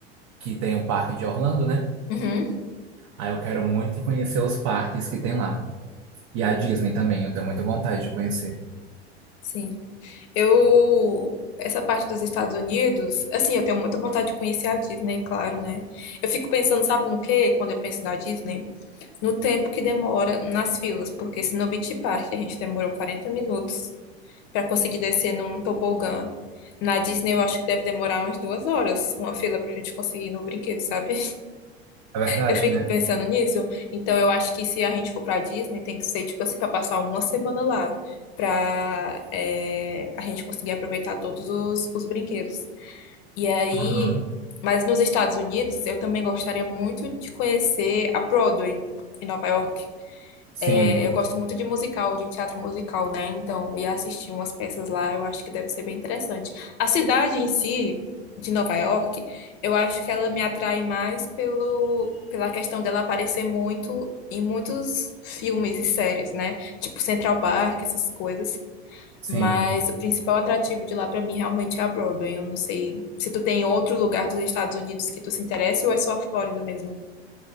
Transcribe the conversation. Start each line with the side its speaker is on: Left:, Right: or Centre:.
Right: que tem o Parque de Orlando, né?
Left: uhum,
Right: Aí eu quero muito conhecer os parques que tem lá. E a Disney também, eu tenho muita vontade de conhecer.
Left: sim. Eu, essa parte dos Estados Unidos, assim, eu tenho muita vontade de conhecer a Disney, claro, né? Eu fico pensando, sabe no quê? Quando eu penso na Disney, no tempo que demora nas filas, porque se no Beach Park a gente demorou 40 minutos para conseguir descer num tobogã, na Disney eu acho que deve demorar umas duas horas, uma fila pra gente conseguir ir no brinquedo, sabe?
Right: É verdade,
Left: Eu fico
Right: né?
Left: pensando nisso, então eu acho que se a gente for pra Disney, tem que ser, tipo assim, pra passar uma semana lá, pra é, a gente conseguir aproveitar todos os, os brinquedos. E aí,
Right: Uhum.
Left: mas nos Estados Unidos, eu também gostaria muito de conhecer a Broadway, em Nova York.
Right: Sim,
Left: É, eu gosto muito de musical, de teatro musical, né? Então, ir assistir umas peças lá, eu acho que deve ser bem interessante. A cidade em si, de Nova York, eu acho que ela me atrai mais pelo, pela questão dela aparecer muito em muitos filmes e séries, né? Tipo Central Park, essas coisas.
Right: sim.
Left: Mas o principal atrativo de lá pra mim realmente é a Broadway. Eu não sei se tu tem outro lugar dos Estados Unidos que tu se interesse ou é só a Flórida mesmo.